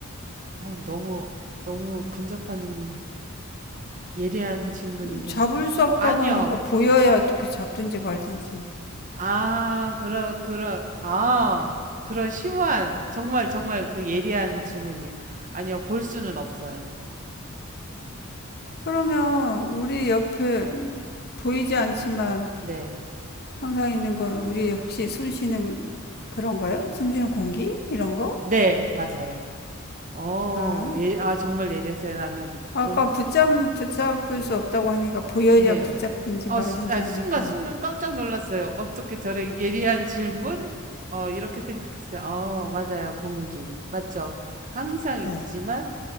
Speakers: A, on the right; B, on the left.
A: 어, 너무, 너무 근접한 예리한 질문인데.
B: 잡을 수 없다고
A: 아니요.
B: 하니까 보여야 어떻게 잡든지 말든지.
A: 아, 그러, 그러, 아, 그런 심오한, 정말, 정말 그 예리한 질문이. 아니요, 볼 수는 없어요.
B: 그러면 우리
A: 음,
B: 옆에 보이지 않지만
A: 네.
B: 항상 있는 건 우리 혹시 숨 쉬는 그런가요? 숨 쉬는 공기? 이런 거?
A: 네, 맞아요. 어,
B: 아,
A: 예, 아, 정말 예리했어요. 나는,
B: 아까
A: 몸,
B: 붙잡, 붙잡을 수 없다고 하니까 보여야
A: 네.
B: 붙잡든지
A: 어,
B: 말든지
A: 수, 아,
B: 하니까.
A: 순간, 순간 깜짝 놀랐어요. 어떻게 저래 예리한 질문? 어, 이렇게 생각했어요. 어, 맞아요. 공기. 맞죠? 항상 있지만
B: 네.